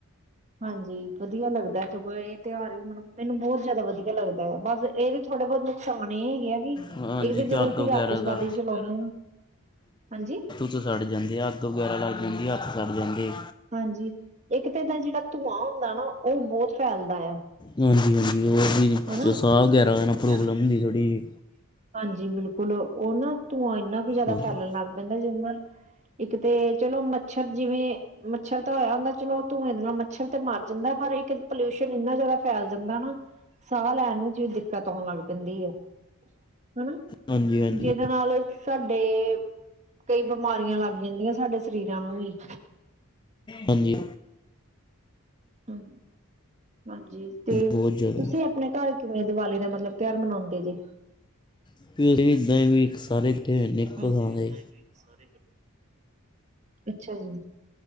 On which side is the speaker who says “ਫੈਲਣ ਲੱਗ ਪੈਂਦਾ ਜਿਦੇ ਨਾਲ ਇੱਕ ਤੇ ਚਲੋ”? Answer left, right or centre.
Right